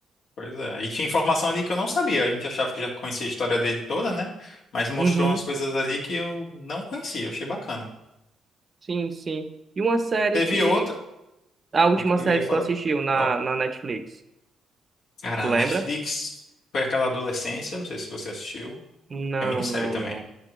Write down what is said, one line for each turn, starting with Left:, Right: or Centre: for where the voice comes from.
Left: Pois é. E tinha informação ali que eu não sabia. A gente achava que já conhecia a história dele toda, né? Mas mostrou
Right: Uhum,
Left: umas coisas ali que eu não conhecia. Achei bacana.
Right: sim, sim. E uma série
Left: Teve
Right: que...
Left: outra.
Right: A última
Left: a que Eu
Right: série
Left: ia
Right: que
Left: falar.
Right: tu assistiu na,
Left: Qual?
Right: na Netflix,
Left: Cara,
Right: tu
Left: na
Right: lembra?
Left: Netflix. Foi aquela adolescência. Não sei se você assistiu.
Right: Não,
Left: É minissérie
Right: não,
Left: também.
Right: não.